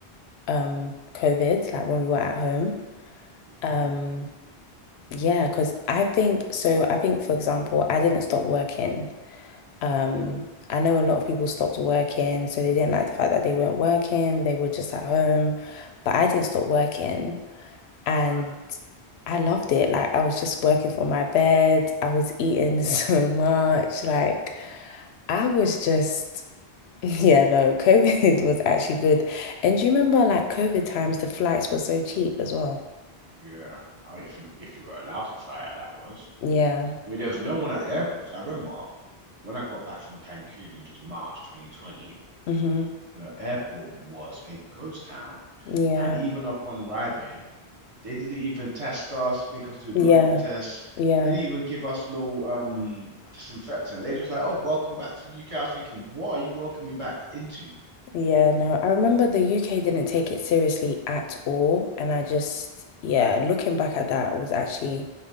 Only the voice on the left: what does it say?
um COVID, like when we were at home.
Um yeah, 'cause I think so I think for example, I didn't stop working. Um I know a lot of people stopped working, so they didn't like the fact that they weren't working, they were just at home, but I didn't stop working and
I loved it. Like I was just working from my bed. I was eating <laughs> so much
like I was just, <laughs> yeah, no, COVID was actually good. And do you remember like COVID times, the flights were so cheap as well?
Yeah.
hmm
Yeah.
Yeah.
Yeah.
Yeah. No, I remember the UK didn't take it seriously at all. And I just, yeah, looking back at that was actually